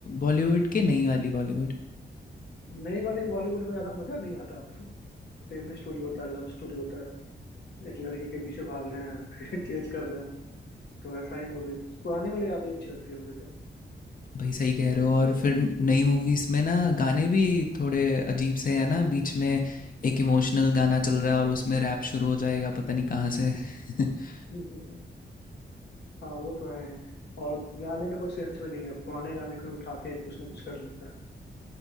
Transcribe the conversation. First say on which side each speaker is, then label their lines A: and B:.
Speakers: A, on the left (about 50°); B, on the left (about 65°).
A: बॉलीवुड की नई वाली बॉलीवुड
B: नई वाली बॉलीवुड में ज्यादा मजा नहीं आता अब तो सेम स्टोरी होता है लव स्टोरी होता है एक लड़की के पीछे भाग रहे हैं <laughs> फिर चेज कर रहे हैं तो ऐसा ही मूवी पुरानी वाली यादें अच्छी लगती है मुझे तो
A: भाई सही कह रहे हो और
B: बस
A: फिर नई मूवीज में ना गाने भी थोड़े अजीब से है ना बीच में एक इमोशनल गाना चल रहा है और उसमें रैप शुरू हो जाएगा पता नहीं कहाँ से <laughs>
B: <laughs> हाँ वो तो है और गाने का कोई सेंस भी नहीं है पुराने गाने को उठा के कुछ ना कुछ कर लेता है